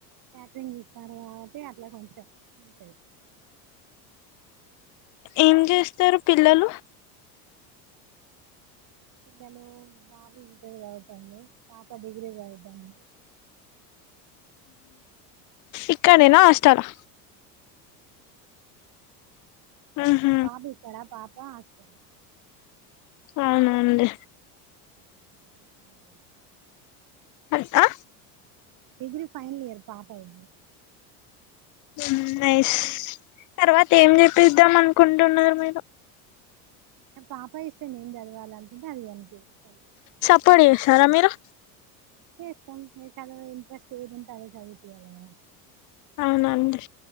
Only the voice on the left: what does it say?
ఏం చేస్తారు పిల్లలు
ఇక్కడేనా అష్టలా మ్హూ.
అవునా అండి
ఎంత
ఉం నైస్ తర్వాత ఏం చెప్పిద్దాం అనుకుంటున్నారు మీరు
సపోర్ట్
చేస్తారా మీరు
అవునండి